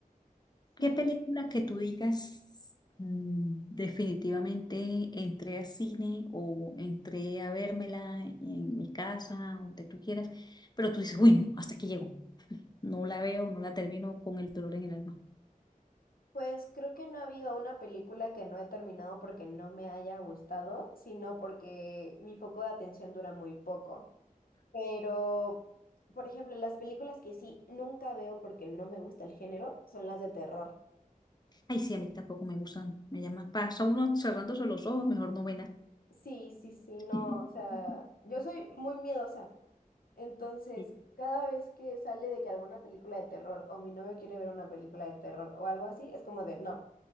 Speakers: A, on the left (about 30°); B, on the left (about 85°).
A: ¿Qué
B: Sí,
A: película que tú digas mm, definitivamente entré a cine o entré a vérmela en mi casa, donde tú quieras, pero tú dices, uy, no, hasta aquí llego, no la veo, no la termino con el dolor en el alma?
B: pues creo que no ha habido una película que no he terminado porque no me haya gustado, sino porque mi foco de atención dura muy poco. Pero, por ejemplo, las películas que sí nunca veo porque no me gusta el género son las de terror.
A: Ay, sí, a mí tampoco me gustan, me llama, pasa uno cerrándose los ojos, mejor no novena.
B: Sí, sí, sí,
A: <laughs>
B: no, o sea, yo soy muy miedosa, Entonces,
A: Sí,
B: cada vez que sale de que alguna película de terror o mi novio quiere ver una película de terror o algo así, es como de no,